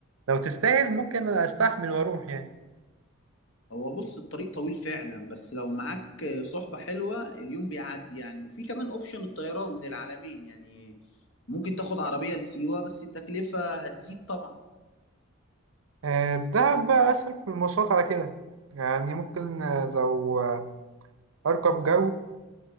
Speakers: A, on the right; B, on the left.
A: لو تستاهل ممكن أستحمل وأروح يعني
B: هو بص الطريق طويل فعلا بس لو معاك صحبة حلوة اليوم بيعدي يعني وفي كمان اوبشن الطيران للعالمين يعني ممكن تاخد عربية لسيوة بس التكلفة هتزيد طبعا
A: آه دهب بقى أسهل في المواصلات على كده يعني ممكن آه لو آه أركب جو